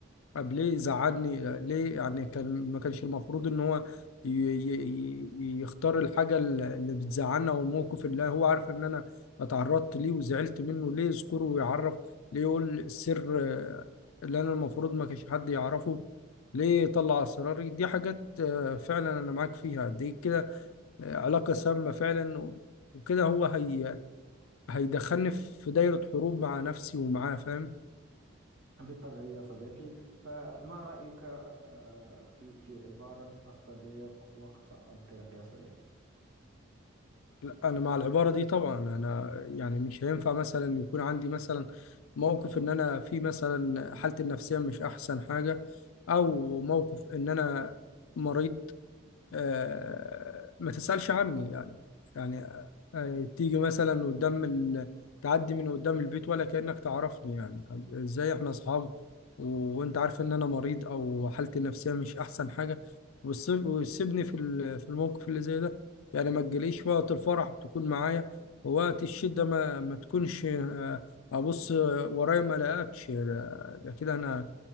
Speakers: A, on the left; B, on the right.
A: طب ليه زعلني ليه يعني كان ما كانش المفروض ان هو ي- ي- ي- يختار الحاجه اللي بتزعلنا والموقف اللي هو عارف ان انا اتعرضت ليه وزعلت منه ليه يذكره ويعرف ليه يقول السر آه، اللي انا المفروض ما كانش حد يعرفه ليه يطلع اسراري دي حاجات آه، فعلا انا معاك فيها دي كده آه، علاقه سامه فعلا و- وكده هو هي هيدخلني في دايره حروب مع نفسي ومعاه فاهم
B: بالطبع يا صديقي فما رأيك آه، في في عبارة الصديق وقت الضيق يا صديقي
A: لا، انا مع العباره دي طبعا انا يعني مش هينفع مثلا يكون عندي مثلا موقف ان انا في مثلا حالتي النفسيه مش احسن حاجه او موقف ان انا مريض آه، ما تسألش عني يعني يعني آه، تيجي مثلا قدام ال... تعدي من قدام البيت ولا كأنك تعرفني يعني ازاي احنا اصحاب و... وانت عارف ان انا مريض او حالتي النفسية مش احسن حاجة وتسيب- وتسيبني في ال- في الموقف اللي زي ده يعني ما تجيليش وقت الفرح تكون معايا ووقت الشدة ما ما تكونش آه، ابص ورايا ما الاقيكش ده ده كده انا